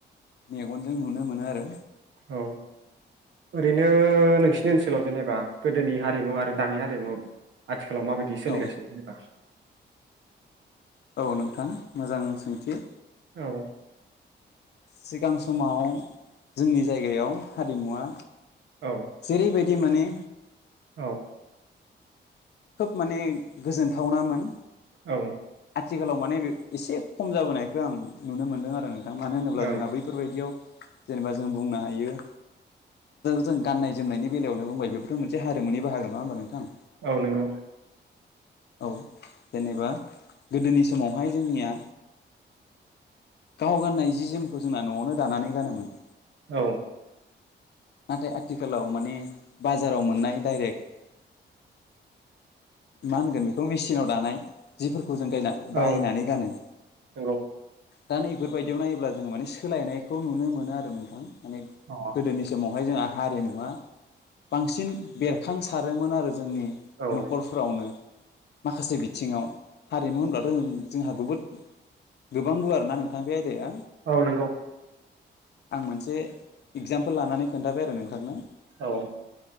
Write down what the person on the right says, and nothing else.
औ ओरैनो नोंसिनि ओनसोलाव जेनेबा गोदोनि हारिमु आरो दानि हारिमु आथिखालाव माबायदि सोलिगासिनो
जेनेबा?
औ
औ
औ
औ
ओं
औ नंगौ।
औ
औ
नंगौ।
अ
औ
औ नंगौ।
औ